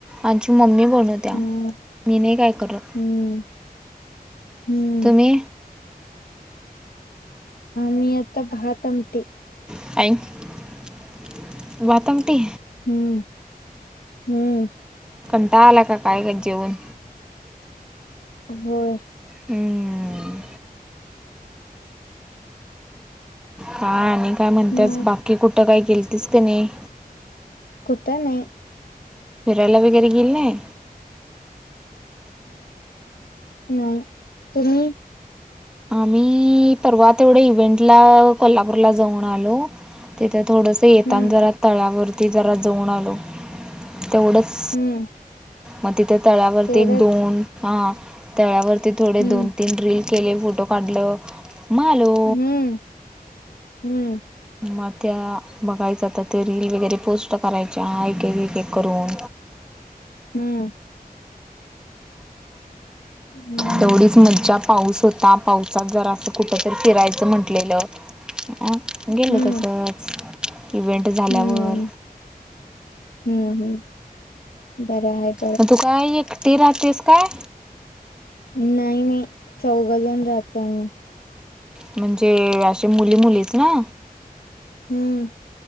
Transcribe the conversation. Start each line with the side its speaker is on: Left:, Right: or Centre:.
Centre: आमची मम्मी बनवत्या
Left: हम्म
Centre: मी नाय काय करत.
Left: हम्म हम्म.
Centre: नी
Left: आम्ही आता भात आमटी.
Centre: <unintelligible> भात आमटी.
Left: हम्म हम्म.
Centre: कंटाळा आला का काय का जेवण?
Left: होय.
Centre: हम्म. हा आणि काय म्हणतेस
Left: मग
Centre: बाकी कुठं काय गेलतीस क नये?
Left: कुठं नाही
Centre: फिरायला वगैरे गेल नाय?
Left: नाय तुम्ही?
Centre: आम्ही परवा तेवढ्या इव्हेंटला कोल्हापूरला जाऊन आलो. तिथे थोडसा ते येताना
Left: हम्म
Centre: जरा तळ्यावरती जरा जाऊन आलो तेवढंच.
Left: हम्म
Centre: मग तिथे तळ्यावरती
Left: तेवढंच
Centre: दोन हा तळ्यावरती थोडे
Left: हम्म
Centre: दोन तीन रील केले, फोटो काढलं. मग आलो
Left: हम्म हम्म.
Centre: मग त्या बघायचा तर ते रील वगैरे पोस्ट करायच्या एक-एक करून.
Left: हम्म. हम्म
Centre: तेवढीच मज्जा पाऊस होता पावसात जरा असं कुठंतरी फिरायचं म्हटलेलं अं गेलं
Left: हम्म
Centre: तसंच इवेंट झाल्यावर.
Left: हम्म हम्म हम्म बरं आहेत.
Centre: मग तू काय एकटी राहतेस काय?
Left: नाही नाही चौघजन राहतोय आम्ही.
Centre: म्हणजे अशे मुली मुलीच ना?
Left: हम्म.